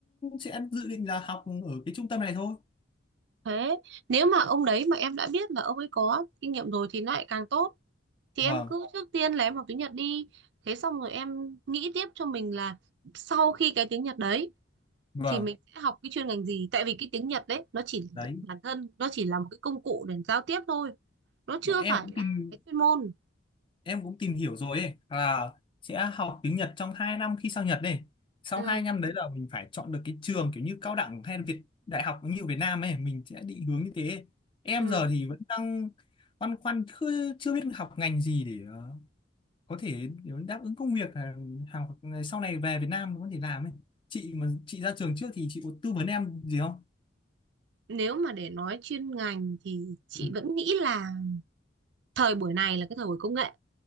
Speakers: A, on the left; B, on the right.
A: sẽ dự định là học ở cái trung tâm này thôi
B: thế nếu mà ông đấy mà em đã biết là ông ấy có kinh nghiệm rồi thì nó lại càng tốt thì
A: vâng
B: em cứ trước tiên là em học tiếng Nhật đi thế xong rồi em nghĩ tiếp cho mình là sau khi cái tiếng Nhật đấy
A: vâng
B: thì mình sẽ học cái chuyên ngành gì tại vì cái tiếng Nhật đấy nó chỉ
A: đấy
B: bản thân nó chỉ là một cái công cụ để giao tiếp thôi nó chưa
A: bọn em
B: phải
A: cũng
B: là
A: tìm
B: cái chuyên môn
A: em cũng tìm hiểu rồi ấy là sẽ học tiếng Nhật trong 2 năm khi sang Nhật đây sau
B: ừ,
A: 2 năm đấy là mình phải chọn được cái trường kiểu như cao đẳng hay là Việt đại học như ở Việt Nam ấy mình sẽ định hướng như thế em
B: ừ.
A: giờ thì vẫn đang băn khoăn chưa, chưa biết học ngành gì để ờ, có thể để đáp ứng công việc ờ, hàng sau này về Việt Nam có thể làm ấy chị mà chị ra trường trước thì chị có tư vấn em gì không
B: nếu mà để nói chuyên ngành thì chị
A: ừ.
B: vẫn nghĩ là thời buổi này là cái thời buổi công nghệ